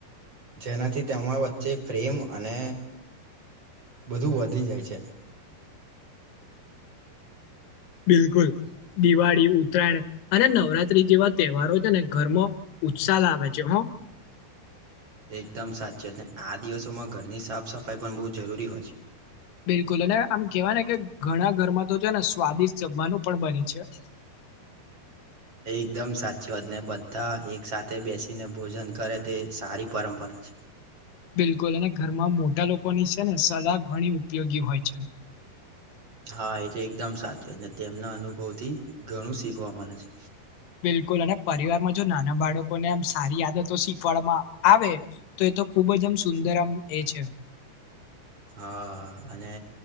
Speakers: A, on the right; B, on the left.
A: જેનાથી તેમાં વચ્ચે પ્રેમ અને બધું વધી જાય છે
B: બિલકુલ દિવાળી ઉત્તરાયણ અને નવરાત્રી જેવા તહેવારો છે ને ઘરમાં ઉત્સાહ લાવે છે હ
A: એકદમ સાચી વાત ને આ દિવસોમાં ઘરની સાફ સફાઈ પણ બહુ જરૂરી હોય છે.
B: બિલકુલ અને આમ કેવાય ને કે ઘણા ઘરમાં તો છે ને સ્વાદિષ્ટ જમવાનું પણ બને છે. <inaudible>
A: એકદમ સાચી વાત ને બધા એક સાથે બેસીને ભોજન કરે તે સારી પરંપરા છે.
B: બિલકુલ અને ઘરમાં મોટા લોકોની છે ને સલાહ ઘણી ઉપયોગી હોય છે.
A: હા એ તો એકદમ સાચું છે ને તેમના અનુભવ થી ઘણું શીખવા મળે છે.
B: બિલકુલ અને પરિવારમાં જો નાના બાળકોને એમ સારી આદતો શીખવાડવામાં આવે તો તો ખુબ જ આમ સુંદર આમ એ છે
A: હા અને